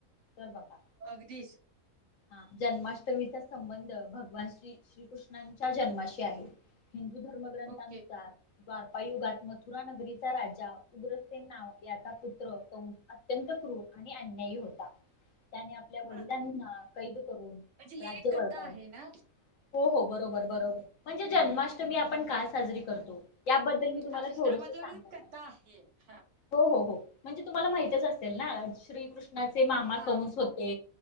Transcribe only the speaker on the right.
घिस
ओके
बर
म्हणजे ही
एक
कथा आहे ना
हा म्हणजे
त्यामध्ये
कथा आहे हा
हा